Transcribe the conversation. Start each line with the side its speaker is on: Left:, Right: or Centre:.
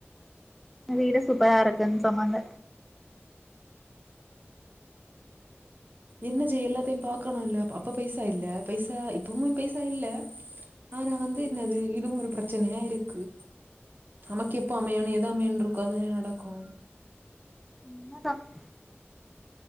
Centre: வீடு சூப்பரா இருக்குன்னு சொன்னாங்க
Right: என்ன செய்ய எல்லாத்தையு பாக்கணும்ல்ல அப்ப பைசா இல்ல பைசா இப்பவு பைசா இல்ல ஆனா வந்து என்னது இதுவு ஒரு பிரச் சனையா இருக்கு நமக்கு எப்போ அமையனு எது அமையுனு இருக்கோ அதானே நடக்கு
Centre: <unintelligible>